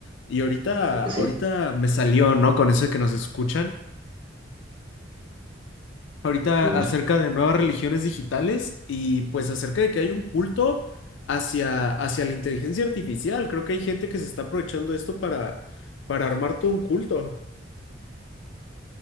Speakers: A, on the left (about 70°); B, on the right (about 25°).
A: y ahorita,
B: Creo que sí.
A: ahorita me salió, ¿no? Con eso de que nos escuchan. ahorita
B: Sí.
A: acerca de nuevas religiones digitales y pues acerca de que hay un culto hacia, hacia la inteligencia artificial. Creo que hay gente que se está aprovechando esto para, para armar todo un culto.